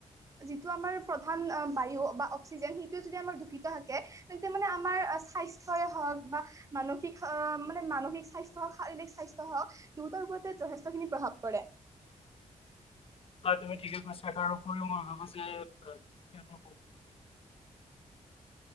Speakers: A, on the right; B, on the left.
A: যিটো আমাৰ প্ৰধান বায়ু বা অক্সিজেন সেইটোৱে যদি আমাৰ দূষিত থাকে তেতিয়া মানে আমাৰ স্বাস্থ্যই হ'ওক বা মানসিক আহ মানে মানসিক স্বাস্থ্য হওক, শাৰীৰিক স্বাস্থ্যই হওক দুয়টাৰ ওপৰতে যথেষ্টখিনি প্ৰভাৱ পৰে।
B: অ' তুমি ঠিকে কৈছা, তাৰ উপৰিও মই ভাবো যে <inaudible>